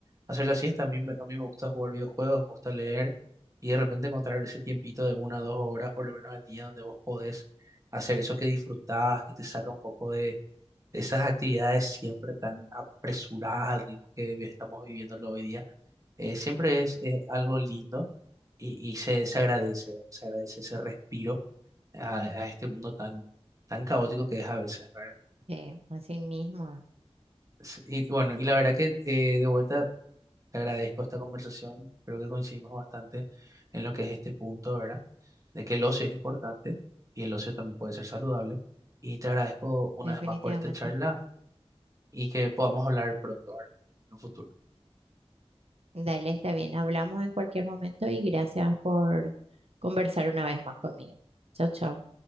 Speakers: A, on the right; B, on the right.
A: hacer la siesta, a mí, me- a mí me gusta jugar videojuegos, me gusta leer y de repente encontrar ese tiempito de una o dos horas por lo menos al día donde vos podés hacer eso que disfrutás, que te saca un poco de, de esas actividades siempre tan apresuradas al ritmo que vi- estamos viviéndolo hoy día. Eh, siempre es, eh, algo lindo y, y se, se agradece, ¿verdad? Se agradece ese respiro a, a este mundo tan, tan caótico que es a veces, ¿verdad?
B: Sí, así mismo,
A: Sí, Y bueno, y la verdad que eh, de vuelta te agradezco esta conversación. Creo que coincidimos bastante en lo que es este punto, ¿verdad? De que el ocio es importante y el ocio también puede ser saludable. Y te agradezco una
B: definitivamente.
A: vez más por esta charla y que podamos hablar pronto, ¿verdad? En un futuro.
B: Dale, está bien. Hablamos en cualquier momento y gracias por conversar una vez más conmigo. Chao, chao.